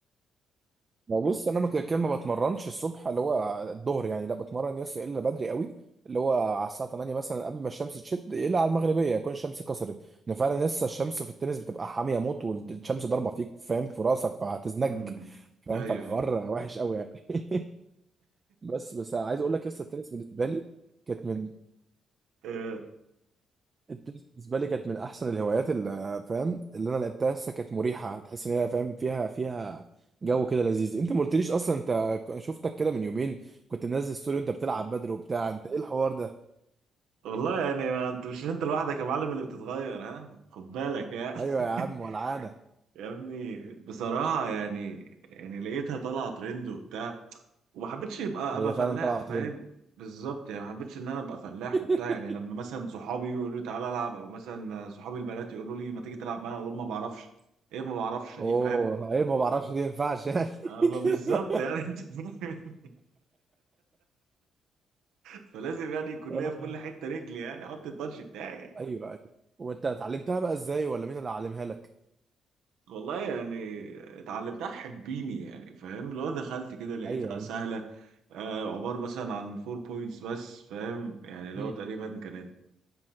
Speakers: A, on the right (about 30°); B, on the right (about 85°).
A: ما بص انا ما كده كده ما بتمرنش الصبح اللي هو الظهر يعني لا بتمرن يس الا بدري قوي اللي هو على الساعه 8 مثلا قبل ما الشمس تشد الا على المغربيه يكون الشمس كسرت ان فعلا لسه الشمس في التنس بتبقى حاميه موت والشمس ضاربه فيك فاهم في راسك فهتزنج
B: امم
A: فاهم
B: ايوه
A: فالحوار
B: ايوه
A: وحش قوي يعني <laughs> بس بس عايز اقول لك لسه التنس بالنسبه لي كانت من
B: <laughs> آه.
A: التنس بالنسبه لي كانت من احسن الهوايات اللي فاهم اللي انا لعبتها لسه كانت مريحه تحس ان هي فاهم فيها فيها جو كده لذيذ انت ما قلتليش اصلا انت ك- شفتك كده من يومين كنت منزل ستوري وانت بتلعب بدل وبتاع انت ايه الحوار ده
B: والله يعني ما انت مش انت لوحدك يا معلم اللي بتتغير ها خد بالك يا
A: ايوه يا عم
B: <laughs>
A: ولعانه
B: يا ابني بصراحة يعني يعني لقيتها طالعة ترند وبتاع وما حبيتش يبقى
A: هي
B: ابقى فلاح
A: فعلا طلعت
B: فاهم
A: ترند
B: بالظبط يعني ما حبيتش ان انا ابقى فلاح
A: <laughs>
B: وبتاع يعني لما مثلا صحابي يقولوا لي تعالى العب او مثلا صحابي البنات يقولوا لي ما تيجي تلعب معانا اقول لهم ما بعرفش ايه ما بعرفش دي
A: اوه
B: فاهم
A: ايه ما بعرفش دي ما ينفعش يعني <laughs>
B: ابقى بالظبط يعني <laughs> انت فاهم؟ فلازم يعني يكون
A: آه.
B: ليا في كل حتة رجلي يعني احط التاتش بتاعي يعني.
A: ايوه ايوه وانت اتعلمتها بقى ازاي ولا مين اللي علمها لك
B: والله يعني اتعلمتها حبيني يعني فاهم لو دخلت كده لقيتها
A: ايوه
B: سهلة
A: ايوه
B: آه عبارة مثلا عن 4 بوينتس بس فاهم يعني لو
A: مم.
B: تقريبا كانت